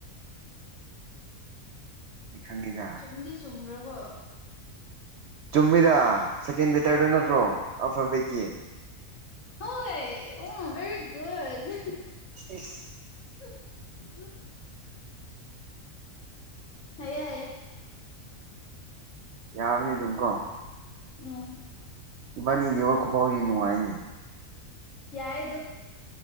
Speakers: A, on the right; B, on the left.
A: ꯑꯩ ꯈꯪꯉꯤꯗ
B: ꯆꯨꯝꯗꯤ ꯆꯨꯝ꯭ꯔꯒꯣ
A: ꯆꯨꯝꯃꯤꯗ ꯁꯦꯀꯦꯟ ꯕꯦꯇꯔꯗꯨ ꯅꯠꯇ꯭ꯔꯣ ꯑꯐꯕ ꯏꯒꯤꯦ
B: ꯍꯣꯏ ꯎ ꯦꯔꯤꯒꯨꯗ
A: ꯁꯤ
B: ꯎꯝ ꯍꯥꯏꯌꯦ ꯍꯥꯏꯌꯦꯦ
A: ꯌꯥꯕꯗꯤ ꯑꯗꯨꯀꯣ
B: ꯎꯝ
A: ꯏꯕꯥꯅꯤꯅꯦꯕ ꯈꯨꯐꯥꯎꯔꯤ ꯅꯨꯡꯉꯥꯏꯅꯦ
B: ꯌꯥꯏ ꯑꯗꯣ